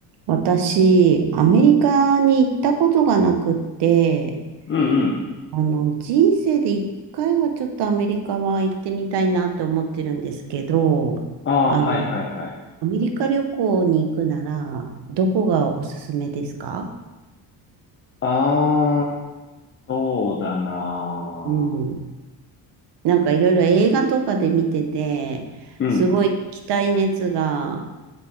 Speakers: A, on the right; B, on the left.
A: 私、アメリカに行ったことがなくって、
B: うんうん。
A: あの、人生で一回はちょっとアメリカは行ってみたいなって思ってるんですけど、
B: ああ、
A: あの、
B: はいはいはい。
A: アメリカ旅行に行くなら、どこがおすすめですか
B: ああ、そうだな
A: うん。なんかいろいろ映画とかで見てて、
B: ー。うん。
A: すごい行きたい熱が